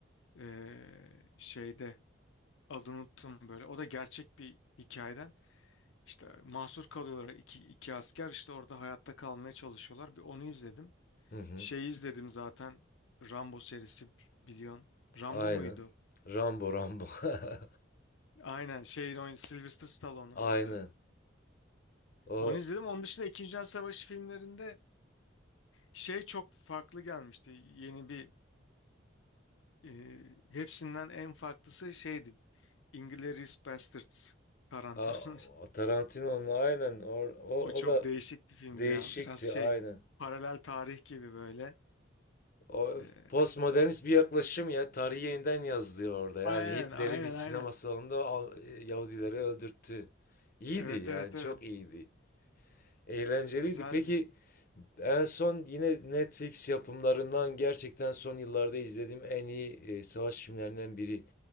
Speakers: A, on the left; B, on the left.
A: ee, şeyde adını unuttum böyle. O da gerçek bir hikayeden. İşte mahsur kalıyorlar iki, iki asker işte orada hayatta kalmaya çalışıyorlar. Bir onu izledim.
B: Hı hı.
A: Şeyi izledim zaten Rambo serisi biliyorsun. Rambo
B: Aynen.
A: muydu?
B: Rambo Rambo. <laughs>
A: Aynen şeyin oyun Sylvester Stallone
B: Aynen.
A: oynadı.
B: O
A: Onu izledim. Onun dışında İkinci Dünya Savaşı filmlerinde şey çok farklı gelmişti. Yeni bir e, hepsinden en farklısı şeydi. Inglourious Basterds Tarantino.
B: a, o
A: <laughs>
B: Tarantino'nun aynen Or- o,
A: O çok
B: o da
A: değişik bir filmdi
B: değişikti
A: ya. Biraz şey
B: aynen.
A: paralel tarih gibi böyle.
B: O
A: E,
B: postmodernist bir yaklaşım ya. Tarihi yeniden yazdı orada. Yani
A: aynen
B: Hitler'i
A: aynen
B: bir sinema
A: aynen.
B: salonunda Al- Yahudileri öldürttü. İyiydi
A: Evet
B: yani
A: evet
B: çok
A: evet.
B: iyiydi. Eğlenceliydi.
A: Güzeldi.
B: Peki En son yine Netflix yapımlarından gerçekten son yıllarda izlediğim en iyi e, savaş filmlerinden biri.